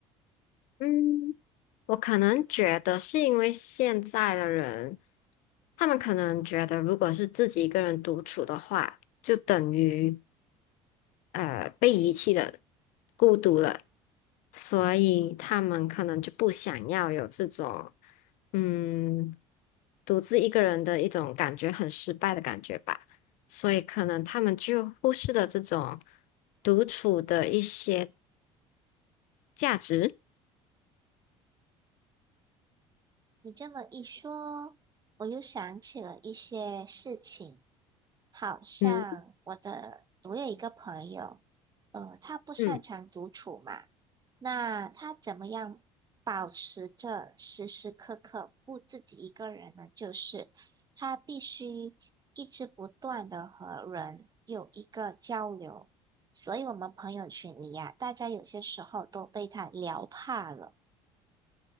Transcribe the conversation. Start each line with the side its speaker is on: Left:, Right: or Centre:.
Left: 嗯。我可能觉得是因为现在的人，他们可能觉得，如果是自己一个人独处的话，就等于呃被遗弃的、孤独了，所以他们可能就不想要有这种嗯独自一个人的一种感觉，很失败的感觉吧。所以可能他们就忽视了这种独处的一些价值。
Right: 你这么一说，我又想起了一些事情，好像我的，
Left: 嗯
Right: 我有一个朋友，呃，他不擅长独处嘛，
Left: 嗯。
Right: 那他怎么样保持着时时刻刻不自己一个人呢？就是他必须一直不断的和人有一个交流，所以我们朋友群里呀，大家有些时候都被他聊怕了。